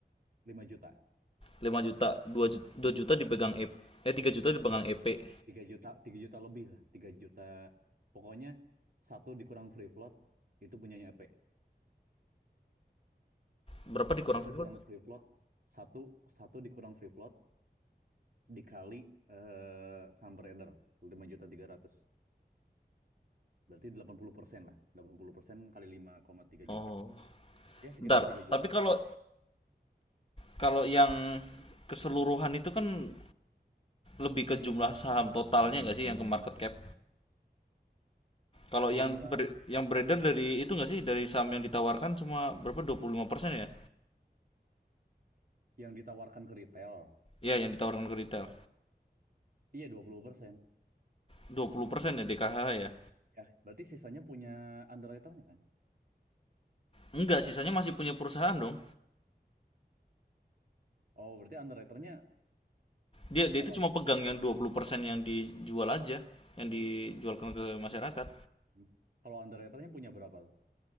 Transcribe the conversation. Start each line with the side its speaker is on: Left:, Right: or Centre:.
Right: 5 juta,
Left: lima juta, 2 juta, 2 juta dipegang EP, eh 3 juta dipegang EP.
Right: 3 juta, 3 juta lebih lah, 3 juta. Pokoknya satu dikurang free float itu punyanya EP.
Left: Berapa dikurang
Right: Satu
Left: freelot?
Right: kurang free float, satu satu dikurang free float dikali eh sumber order 5 juta 300. Berarti 80% lah. delapan puluh persen kali lima koma tiga
Left: Oh.
Right: juta. Ya sekitar
Left: Bentar,
Right: 3 juta.
Left: tapi kalau kalau yang keseluruhan itu kan lebih ke jumlah saham totalnya nggak sih yang ke market cap? Kalau yang
Right: Jumlah
Left: ber- yang beredar dari itu nggak sih dari saham yang ditawarkan cuma berapa 25% ya?
Right: yang ditawarkan ke retail.
Left: Ya, yang ditawarkan ke retail.
Right: Iya dua puluh persen
Left: dua puluh persen ya DKH ya.
Right: Ya, berarti sisanya punya underwriternya kan?
Left: Enggak, sisanya masih punya perusahaan dong.
Right: Oh, berarti underwriternya
Left: Dia dia
Right: berapa
Left: itu cuma
Right: tuh?
Left: pegang yang 20% yang dijual aja, yang dijualkan ke masyarakat.
Right: Hmm. Kalau underwriternya punya berapa tuh?